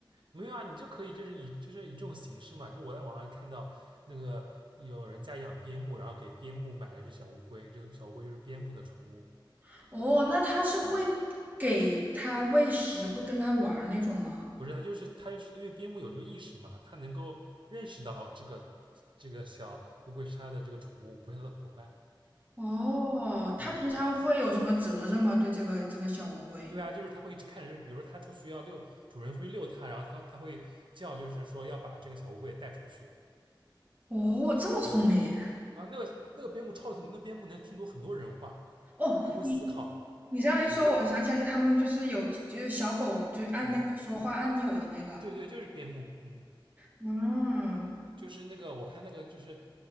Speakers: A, on the right (about 70°); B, on the right (about 20°).
A: 没有啊，你就可以就是以就是以这种形式嘛，就我在网上看到那个有人家养边牧，然后给边牧买了一只小乌龟，这个小乌龟就是边牧的宠物，
B: <laughs> 哦，那它是会给它喂食，会跟它玩儿那种吗？
A: 不是它就是它就是因为边牧有这个意识嘛，它能够认识到这个这个小乌龟是它的这个宠物，不是它的伙伴。
B: 哦，它平常会有什么责任吗？
A: 嗯，
B: 对这个这个小乌龟？
A: 对啊，就是它会一直看着，就是比如说它出去要遛，主人出去遛它，然后它它会叫，就是说要把这个小乌龟也带出去。
B: 哦，这么聪明。
A: 啊。那个那个边牧超聪明，那个边牧能听懂很多人话，
B: 哦，
A: 还会思考。
B: 你你这样一说，
A: 嗯
B: 我想起来，就他们就是有就是小狗，就是按那个说话按钮的那个，
A: 嗯。对对，就是边牧，嗯，
B: 嗯，
A: 就是那个我看那个就是